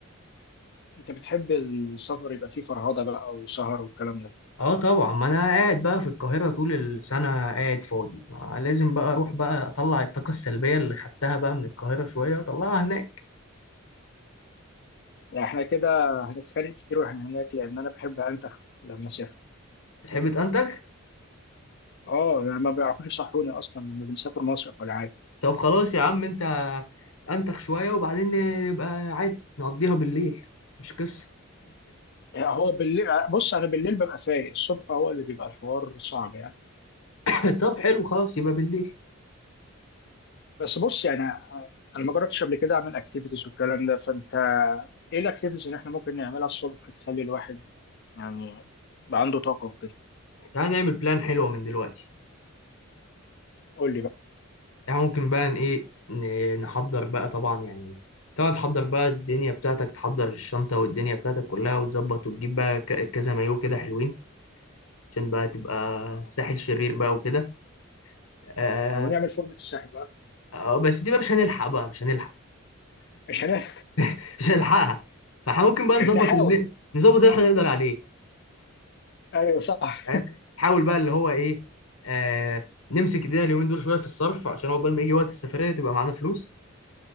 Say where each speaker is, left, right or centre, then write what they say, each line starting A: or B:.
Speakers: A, on the left (about 55°); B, on the left (about 85°).
A: انت بتحب السفر يبقى فيه فرهضه بقى وسهر والكلام ده
B: اه طبعا ما انا قاعد بقى في القاهرة طول السنة قاعد فاضي ما لازم بقى اروح بقى اطلع الطاقة السلبية اللي خدتها بقى من القاهرة شوية اطلعها هناك
A: يعني احنا كده هنتخانق كتير واحنا هناك لان انا بحب انتخ لما اسافر
B: تحب تنتخ
A: اه يعني ما بيعرفوش يصحوني اصلا لما بنسافر مصيف ولا حاجه
B: طب خلاص يا عم انت انتخ شوية وبعدين نبقى عادي نقضيها بالليل مش قصة
A: يعني هو بالليل آه، بص انا بالليل ببقى فايق الصبح هو اللي بيبقى الحوار صعب يعني
B: <laughs> طب حلو خلاص يبقى بالليل
A: بس بص يعني آه، انا ما جربتش قبل كده اعمل اكتيفيتيز والكلام ده فانت ايه الاكتيفيتيز اللي احنا ممكن نعملها الصبح تخلي الواحد يعني يبقى عنده طاقه وكده
B: تعالى نعمل بلان حلوة من دلوقتي
A: قول لي بقى
B: يعني ممكن بقى ن- ايه ن- نحضر بقى طبعا يعني طبعا تحضر بقى الدنيا بتاعتك تحضر الشنطة والدنيا بتاعتك كلها وتظبط وتجيب بقى ك- كذا مايو كده حلوين عشان بقى تبقى
A: اه
B: ساحل شرير بقى وكده آه
A: ونعمل فورمه الساحل بقى
B: آه، بس دي بقى مش هنلحق بقى مش هنلحق
A: مش هنعمل
B: <laughs> مش هنلحقها فاحنا ممكن بقى
A: <laughs>
B: نظبط
A: نحاول
B: اللي ن- نظبط اللي احنا نقدر عليه
A: ايوه صح
B: فاهم نحاول بقى اللي هو ايه آه نمسك ايدينا اليومين دول شويه في الصرف عشان عقبال ما يجي وقت السفريه تبقى معانا فلوس